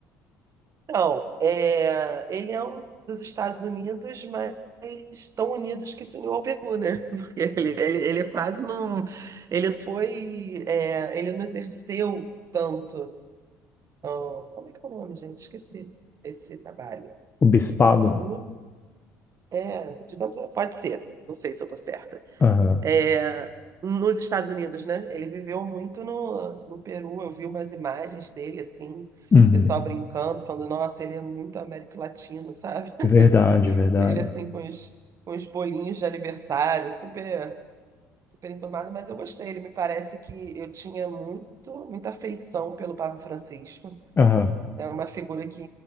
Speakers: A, on the right; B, on the left.
A: Não, é, ele é um dos Estados Unidos, mas tão unidos que se uniu ao Peru, né? <laughs> Porque ele, ele, ele é quase não. Ele foi. é, ele não exerceu tanto. ó, como é que é o nome, gente? Esqueci esse trabalho.
B: O bispado?
A: O, é, digamos, pode ser. Não sei se eu estou certa.
B: Aham.
A: É, nos Estados Unidos, né? Ele viveu muito no, no Peru. Eu vi umas imagens dele, assim, o
B: Uhum.
A: pessoal brincando, falando, nossa, ele é muito Américo Latino, sabe?
B: Verdade, verdade.
A: Ele assim com os, com os bolinhos de aniversário, super super enturmado, mas eu gostei. Ele me parece que eu tinha muito muita afeição pelo Papa Francisco.
B: Aham.
A: É uma figura que